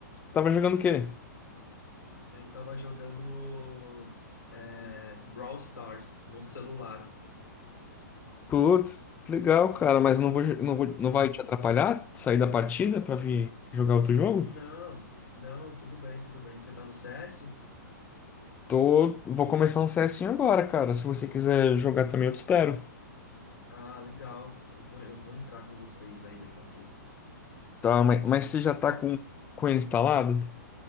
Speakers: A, on the left; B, on the left.
A: Tava jogando o quê?
B: Eu tava jogando é... Brawl Stars no celular.
A: Putz, que legal, cara, mas não vou, não vou, não vai te atrapalhar sair da partida pra vir jogar outro jogo?
B: Não, não, tudo bem, tudo bem. Você tá no CS?
A: Tô, vou começar um CSinho agora, cara. Se você quiser jogar também, eu te espero.
B: Ah, legal. Eu vou, eu vou entrar com vocês aí daqui a pouco.
A: Tá, mas, mas você já tá
B: Qual?
A: com, com ele instalado?